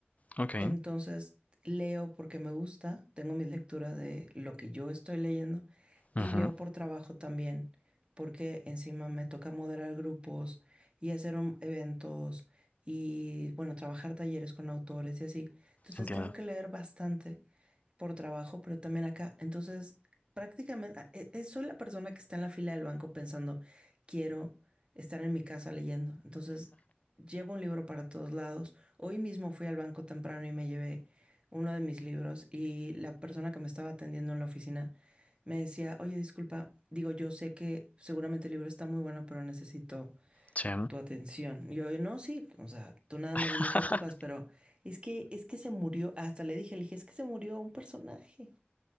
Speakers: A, on the left; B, on the right.
A: ok,
B: Entonces leo porque me gusta, tengo mis lecturas de lo que yo estoy leyendo
A: ujú,
B: y leo por trabajo también, porque encima me toca moderar grupos y hacer un- eventos y bueno, trabajar talleres con autores y así. Entonces
A: entiendo.
B: tengo que leer bastante por trabajo, pero también acá. Entonces, prácticamente, eh, eh, soy la persona que está en la fila del banco pensando, quiero estar en mi casa leyendo. Entonces, llevo un libro para todos lados. Hoy mismo fui al banco temprano y me llevé uno de mis libros y la persona que me estaba atendiendo en la oficina me decía, oye, disculpa, digo, yo sé que seguramente el libro está muy bueno, pero necesito
A: Sí.
B: tu atención. Y Yo, no, sí, o sea, tú nada más dime
A: <laughs>
B: qué ocupas, pero es que, es que se murió, hasta le dije, le dije, es que se murió un personaje.